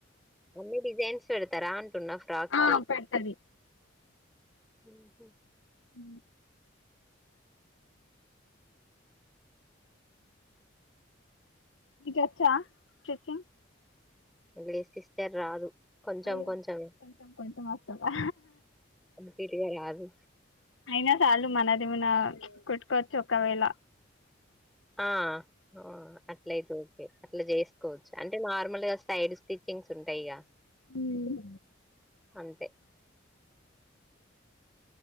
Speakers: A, in the centre; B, on the left.
A: ఓన్లీ డిజైన్స్ పెడతరా అం అంటున్న ఫ్రాక్
B: ఆ
A: కి
B: పెడతది
A: హుమ్ హు
B: అ నికచ్చా స్టిచింగ్
A: లేద్ సిస్టర్ రాదు కొంచెం
B: అయ్యో
A: కొంచెం
B: కొంచం కొంచం వస్తదా
A: కంప్లీట్ గా రాదు
B: అయినా చాలు మనది ఏమన్న ప్చ్ కుట్టుకోవచ్చు ఒకవేళ
A: ఆ ఆ అట్లయితే ఓకే అట్ల చేసుకోవచ్చు అంటే నార్మల్గా సైడ్ స్టిచ్చింగ్స్ ఉంటాయిగా
B: హుమ్
A: అంతే